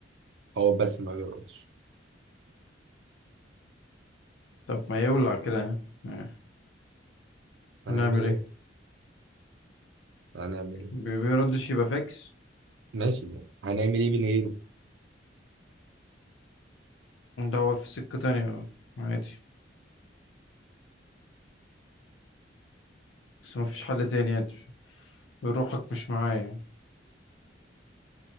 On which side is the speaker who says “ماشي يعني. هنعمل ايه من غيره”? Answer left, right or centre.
Right